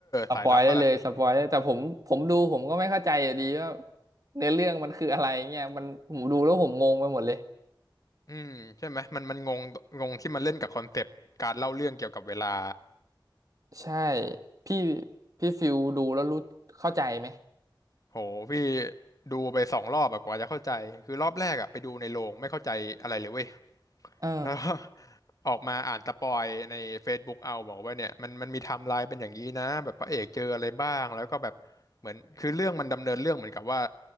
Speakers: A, on the right; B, on the left.
A: สปอยได้เลยสปอยได้แต่ผมผมดูผมก็ไม่เข้าใจอยู่ดีว่า
B: สายลับปะล่ะ
A: เนื้อเรื่องมันคืออะไรเงี้ยมันผมดูแล้วผมงงไปหมดเลย
B: อืมใช่ไหมมันมันงงงงที่มันเล่นกับคอนเซปต์การเล่าเรื่องเกี่ยวกับเวลา
A: ใช่พี่พี่ฟิลดูแล้วรู้เข้าใจไหม
B: โหพี่ดูไปสองรอบอะกว่าจะเข้าใจคือรอบแรกอะไปดูในโรงไม่เข้าใจอะไรเลยเว้ย
A: เออ
B: <laughs> แล้วก็ <laughs> ออกมาอ่านสปอยใน Facebook เอาบอกว่าเนี่ยมันมันมีไทม์ไลน์เป็นอย่างนี้นะแบบพระเอกเจออะไรบ้างแล้วก็แบบเหมือนคือเรื่องมันดำเนินเรื่องเหมือนกับว่า